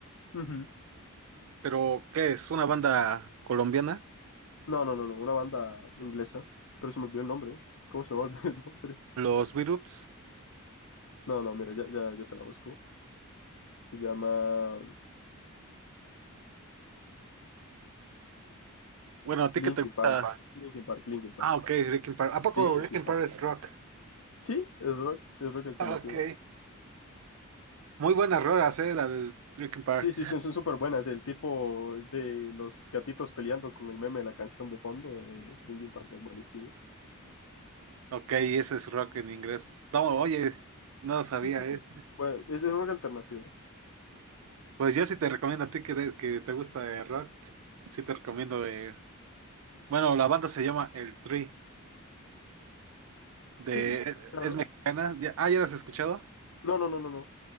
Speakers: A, on the left; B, on the right.
A: Ujú.
B: pero ¿qué es? ¿Una banda colombiana?
A: No, no, no, no, una banda inglesa, pero se me olvidó el nombre. ¿Cómo se me olvidó el nombre?
B: Los Viruts.
A: No, no, mira, ya, ya, ya te la busco. Se llama
B: Bueno, ¿a ti
A: Linkin
B: qué te gusta?
A: Park, Linkin Park, Linkin Park.
B: Ah, ok, Rick and Park. ¿A poco
A: Linkin
B: Rick and
A: Park.
B: Park es rock?
A: Sí, es rock, es rock alternativo.
B: Ah, Ok. Muy buenas rolas, eh, la de Rick and Park.
A: Sí, sí, son, son súper buenas. El tipo de los gatitos peleando con el meme de la canción de fondo de Linkin Park es buenísimo.
B: Ok, ese es rock en inglés. No, oye, no lo sabía,
A: Sí, sí,
B: eh.
A: sí. Bueno, es, es rock alternativo.
B: Pues yo sí te recomiendo a ti que, de- que te gusta el rock. Sí te recomiendo. eh, Bueno, la banda se llama El Tri. De...
A: Sí,
B: Es,
A: claro.
B: es mexicana. Ya- Ah, ¿ya las has escuchado?
A: No, no, no, no, no.